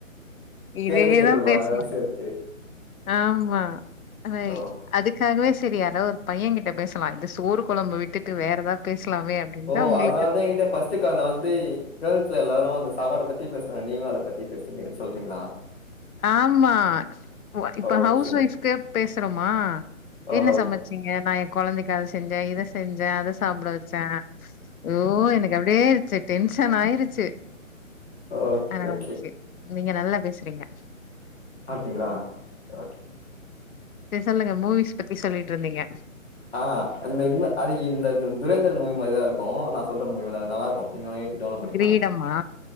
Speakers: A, on the left; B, on the left.
A: இதேதா
B: கேட்டது கேட்ருப்பா
A: பேசன
B: எல்லாரு சேத்து
A: ஆமா அதை
B: ஓ
A: அதுக்காகவே செரி யாரோ ஒரு பைய கிட்ட பேசலா இந்த சோறு கொழம்ப விட்டுட்டு வேற ஏதாது பேசலாமே அப்டின்னுதா
B: ஓ
A: உங்களுக்கு
B: அதனாலதா என்கிட்ட ஃபர்ஸ்டு கால்ல வந்து கேள்ஸ்ல எல்லாரு அந்த சாப்பாட்ட பத்தியே பேசுறங்க நீங்களும் அத பத் பேசுனிங்கன்னு சொல்றீங்க
A: ஆமா இப்ப
B: ஓகே
A: ஹவுஸ் வைஃப்ஸ்கு பேசுறோமா
B: ஓ
A: என்ன சமைச்சீங்க நான் என் குழந்தைக்கு அதை செஞ்சே இதை செஞ்சே அத சாப்பிட வச்சே ஐயோ எனக்கு அப்படியேச்சு டென்ஷன் ஆயிடிச்சு
B: ஓகே
A: ஆ
B: ஓகே
A: சேர் நீங்க நல்லா பேசுறீங்க
B: அப்டிங்களா ஓகே
A: செரி சொல்லுங்க மூவிஸ் பத்தி சொல்லிட்டு இருந்தீங்க
B: ஆ இந்த இந்த அது இந்த துரேந்தர் மூவி மாரிதா இருக்கும் நான் சொல்ற மூவி வந்து அது நல்லா இருக்கும் நீங்க டவுன்லோட் பண்ணி
A: கிரீடமா
B: பாருங்க